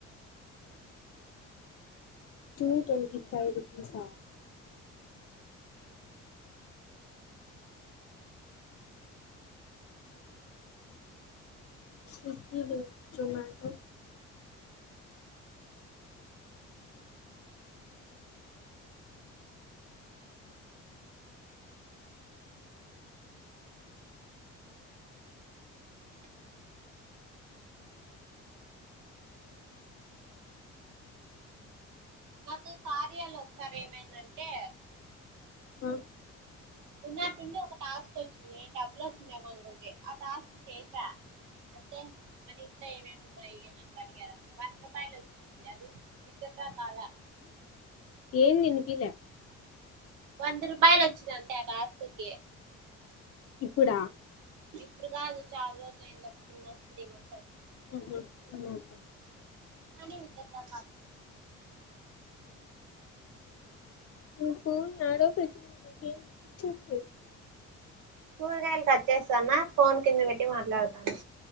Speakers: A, on the left; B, on the right.
A: టూ ట్వంటీ ఫైవ్ రూపీస్ ఆ స్విగ్గీ లో చూడండి
B: మాకు కార్యాలో ఒకసారి ఏమైందంటే
A: ఆ
B: ఉన్నట్టుండి ఒక టాస్క్ వచ్చింది డబ్బులు వస్తుందేమో అనుకుంటి, ఆ టాస్క్ చేసా అంటే మన ఇంట్లో ఏమేమి వున్నాయి అని అట్లా అడిగారు, వంద్ రూపాయలు వచ్చింది అది విత్ డ్రా కాలే
A: ఏం తినిపిలే
B: వంద రపాయలు వచ్చినాన్ తన ఆస్తికి
A: ఇప్పుడ
B: ఇప్పుడు కాదు చాల రోజులు అయింది ఒక టూ మంత్స్ త్రీ మంత్స్ అయిపోంది
A: ఉహ్ ఉమ్ ఏమో అక్క
B: అనీ ఇక్కడరా <unintelligible>
A: నుకు ఏదో ఒకటి నక్ ఏం వినిపించట్లేదు
B: కూరగాయలు కట్ చేస్తానా, ఫోన్ కింద వెట్టి మాట్లాడతానా